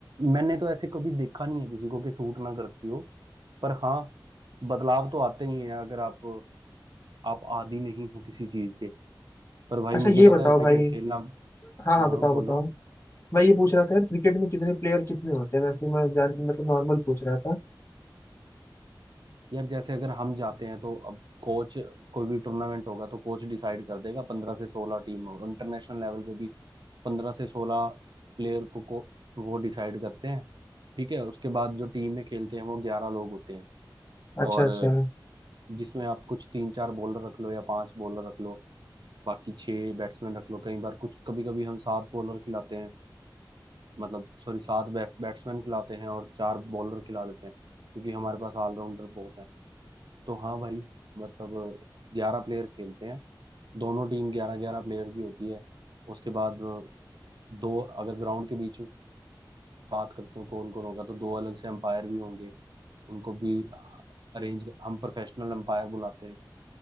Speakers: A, on the right; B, on the left.
A: मैंने तो ऐसे कभी देखा नहीं है किसी को कि सूट ना करती हो पर हाँ बदलाव तो आते ही हैं अगर आप आप आदी नहीं हो किसी चीज के पर भाई
B: अच्छा
A: मुझे
B: ये
A: पता
B: बताओ
A: है क्रिकेट
B: भाई
A: खेलना
B: हाँ
A: हाँ
B: हाँ
A: हाँ
B: बताओ
A: बोलो
B: बताओ मैं ये पूछ रहा था यार क्रिकेट में कितने प्लेयर कितने होते हैं वैसे मैं जान मतलब नॉर्मल पूछ रहा था
A: यार जैसे अगर हम जाते हैं तो अब कोच कोई भी टूर्नामेंट होगा तो कोच डिसाइड कर देगा पंद्रह से सोलह टीम हो इंटरनेशनल लेवल पे भी पंद्रह से सोलह प्लेयर को, को वो डिसाइड करते हैं ठीक है उसके बाद जो टीम में खेलते हैं वो ग्यारह लोग होते हैं
B: अच्छा
A: और
B: अच्छा
A: जिसमें आप कुछ तीन चार बॉलर रख लो या पांच बॉलर रख लो बाकी छह बैट्समैन रख लो कई बार कुछ कभी कभी हम सात बॉलर खिलाते हैं मतलब सॉरी सात बैट्समैन खिलाते हैं और चार बॉलर खिला देते हैं क्योंकि हमारे पास ऑलराउंडर बहुत है तो हाँ भाई मतलब ग्यारह प्लेयर खेलते हैं दोनों टीम ग्यारह ग्यारह प्लेयर की होती है उसके बाद अ, दो अगर ग्राउंड के बीच में बात करते हो कौन कौन होगा तो दो अलग से अंपायर भी होंगे उनको भी अरेंज हम प्रोफेशनल अंपायर बुलाते हैं